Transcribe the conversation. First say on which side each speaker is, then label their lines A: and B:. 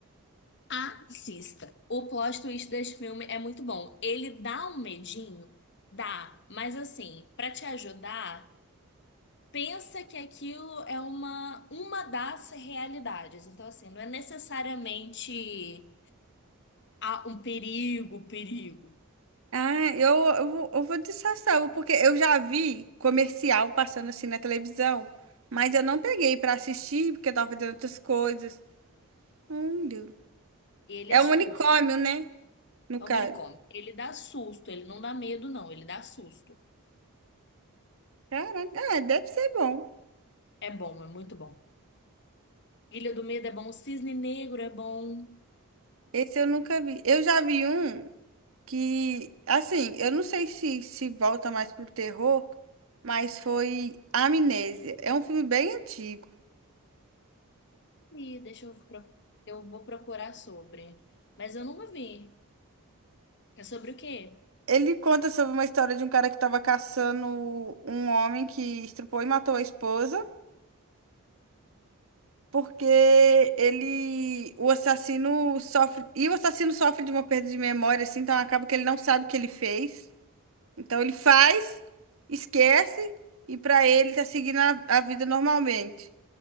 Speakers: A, on the left; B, on the right.
A: Assista. O plot twist desse filme é muito bom. Ele dá um medinho, dá, mas assim, para te ajudar, pensa que aquilo é uma uma das realidades. Então assim, não é necessariamente a- um perigo, perigo.
B: Ah, eu, eu, vou- eu vou de Sassão, porque eu já vi comercial passando assim na televisão, mas eu não peguei pra assistir, porque eu tava fazendo outras coisas. Hum, Deus.
A: Ele
B: É
A: é susto.
B: um unicórnio, né? No
A: É
B: caso.
A: um manicômio. Ele dá susto, ele não dá medo, não. Ele dá susto.
B: Caraca, ah, deve ser bom.
A: É bom, é muito bom. Ilha do Medo é bom, Cisne Negro é bom.
B: Esse eu nunca vi. Eu já vi um que, assim, eu não sei se se volta mais pro terror, mas foi Amnésia. É um filme bem antigo.
A: E deixa eu, pro- eu vou procurar sobre. Mas eu nunca vi. É sobre o quê?
B: Ele conta sobre uma história de um cara que estava caçando um homem que estrupou e matou a esposa, porque ele, o assassino sofre, e o assassino sofre de uma perda de memória, assim, então acaba que ele não sabe o que ele fez. Então ele faz, esquece e pra ele tá seguindo a, a vida normalmente.